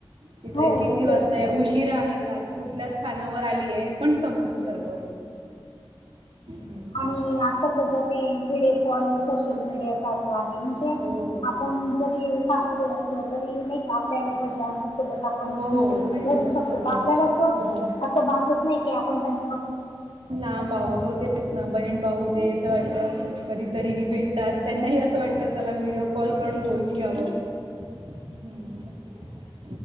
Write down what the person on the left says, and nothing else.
हो
तेच
आणि आता सध्या ते व्हिडओ कॉल सोशल मीडियाच. चालू आहे म्हणजे
आपण जरी सासरी असलो तरी नाही आपल्या आई वडलां. त्याच्या सोबत आप म्हणजे
बोलू शकतो आपल्याला अस
अस भासत नाही की आपण त्यांच्या.